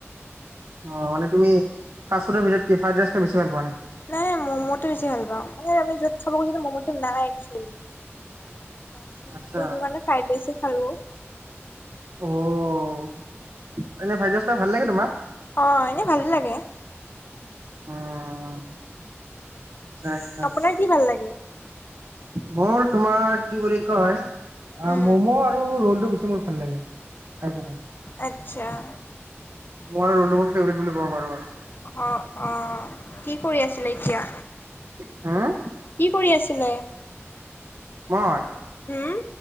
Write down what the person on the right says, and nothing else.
অ মানে তুমি ফাষ্টফুডৰ ভিতৰত কি ফ্ৰাইড ৰাইচ খাই বেছি ভাল পোৱা নেকি?
আচ্ছা
অ এনেই ফ্ৰাইড ৰাইচ খাই ভাল লাগে তোমাৰ
অ আচ্ছা আচ্ছা
আচ্ছা
মোৰ তোমাৰ কি বুলি কয়
ম'ম' আৰু ৰলটো বেছি মোৰ ভাল লাগে <unintelligible>
মই ৰোলটো মোৰ ফেভেৰেট বুলি কব পাৰোঁ আৰু
উম
মই